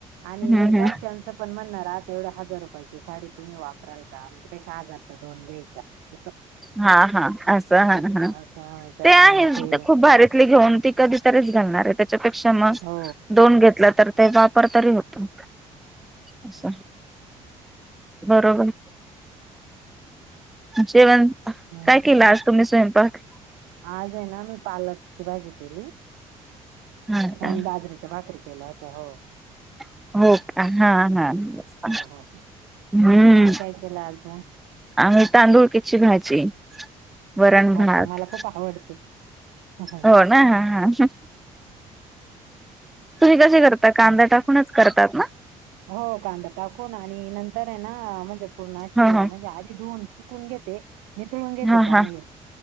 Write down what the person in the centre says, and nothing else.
हम्म
हम्म
हा हा असं हा
हा.
ते आहे
खूप भारीतली घेऊन ती कधीतरीच घालणार आहे त्याच्यापेक्षा,
दोन घेतल्या तर, ते वापर तरी होतो अस. बरोबर. जेवण काय
केलं आज तुम्ही स्वयंपाक.
हा का
ह. हो का हा हा हम्म.
आणि तांदुळ किची भाजी वरण -भात.
हो ना ह ह तुम्ही कसे क. कांदा
टाकूनच करतात ना?
ह ह
हा
हा